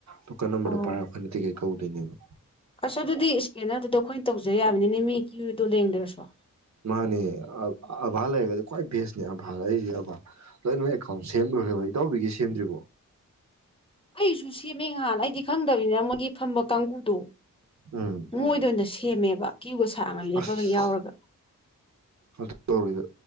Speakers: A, on the right (about 55°); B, on the left (about 15°).
A: ꯗꯨꯀꯥꯟ ꯑꯃꯣ
B: ꯑꯣ
A: ꯄꯥꯔꯈꯅꯗꯤꯒꯦ ꯀꯧꯗꯅꯦꯕ
B: ꯑꯁ ꯑꯗꯨꯗꯤ ꯏꯁꯀꯦꯟꯅꯔꯗꯨꯗꯣ ꯑꯩꯈꯣꯏꯅ ꯇꯧꯖ ꯌꯥꯕꯅꯤꯅꯦ ꯃꯤ ꯀ꯭ꯌꯨꯗꯣ ꯂꯦꯡꯗ꯭ꯔꯁꯨ
A: ꯃꯥꯅꯦ ꯑꯚꯥ ꯂꯩꯔꯒꯗꯤ ꯈ꯭ꯋꯥꯏ ꯕꯦꯁꯅꯦ ꯑꯚꯥ ꯑꯩꯁꯦ ꯑꯕꯥꯥ ꯂꯣꯏꯅꯃꯛ ꯑꯦꯀꯥꯎꯟ ꯁꯦꯝꯂꯈ꯭ꯔꯦꯕ ꯏꯇꯥꯎꯕꯤꯒꯤ ꯁꯦꯝꯗ꯭ꯔꯤꯕꯣ
B: ꯑꯩꯁꯨ ꯁꯦꯝꯃꯦꯍꯥꯟ ꯑꯩꯗꯤ ꯈꯪꯗꯦ ꯆꯠꯇꯕꯅꯤꯅ ꯃꯣꯏꯒꯤ ꯐꯝꯕ ꯀꯥꯡꯒꯨꯗꯣ
A: ꯎꯝ
B: ꯃꯣꯏꯗ ꯑꯣꯏꯅ ꯁꯦꯝꯃꯦꯕ ꯀ꯭ꯌꯨꯒ ꯁꯥꯡꯅ ꯂꯦꯞꯄꯒ
A: ꯑꯁ
B: ꯌꯥꯎꯔꯒ
A: ꯑꯗꯨ ꯇꯧꯔꯤꯗ